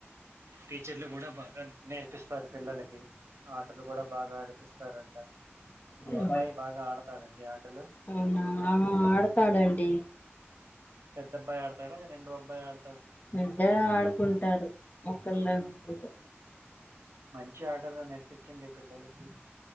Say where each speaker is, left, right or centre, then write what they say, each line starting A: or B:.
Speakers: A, on the right; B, on the left.
A: టీచర్లు కూడా బాగా నేర్పిస్తారు పిల్లలకి ఆటలు కూడా బాగా ఆడిపిస్తారంట మీ
B: హ్మ్.
A: అబ్బాయి బాగా ఆడతడండి ఆటలు
B: అవునా ఆ ఆడతాడండి
A: పెద్దబ్బాయి అడతడా లేదా రెండో అబ్బాయి ఆడ
B: ఇద్దరు ఆడుకుంటారు ఒకళ్ళు లేకపోతే
A: మంచి ఆటగా నేర్పించండి పిల్లలకి